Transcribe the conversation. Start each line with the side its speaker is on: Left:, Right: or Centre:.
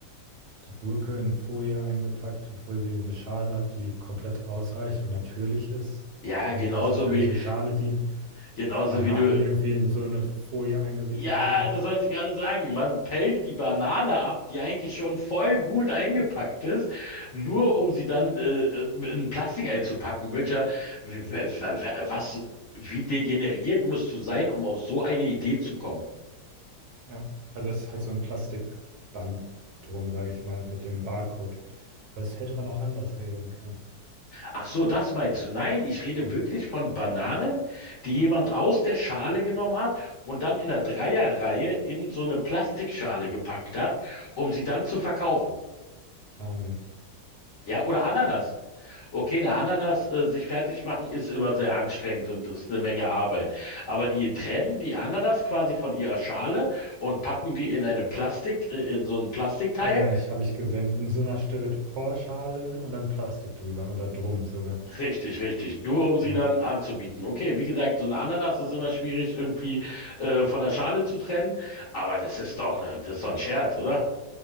Right: die Gurke in Folie eingepackt, obwohl sie eine Schale hat, die komplett ausreicht und natürlich ist
Left: Ja,
Right: und
Left: genauso
Right: als natürliche
Left: wie,
Right: Schale dient.
Left: Genauso
Right: Bananen,
Left: wie du.
Right: die irgendwie in so eine Folie eingewickelt
Left: Ja,
Right: sind.
Left: das wollte ich gerade sagen. Man pellt die Banane ab, die eigentlich schon voll gut eingepackt ist, nur um sie dann äh, in Plastik einzupacken. Welcher, w- w- w- was, wie degeneriert musst du sein, um auf so eine Idee zu kommen?
Right: Ja, also es ist halt so ein Plastikband drum, sage ich mal, mit dem Barcode. Das hätte man auch anders regeln können.
Left: Ach so, das meinst du? Nein, ich rede
Right: Hm,
Left: wirklich von Bananen, die jemand aus der Schale genommen hat und dann in der Dreierreihe in so eine Plastikschale gepackt hat, um sie dann zu verkaufen.
Right: Wahnsinn.
Left: Ja, oder Ananas. Okay, eine Ananas äh, sich fertig machen ist immer sehr anstrengend und ist eine Menge Arbeit. Aber die trennen die Ananas quasi von ihrer Schale und packen die in eine Plastik, äh, in so ein Plastikteil.
Right: Ja, ja, ich habe ich gesehen. In so einer Styroporschale und dann Plastik drüber oder drum sogar.
Left: Richtig, richtig. Nur um sie
Right: Ja,
Left: dann anzubieten. Okay, wie gesagt, so eine Ananas ist immer schwierig irgendwie äh, von der Schale zu trennen. Aber das ist doch, ne, das ist doch ein Scherz, oder?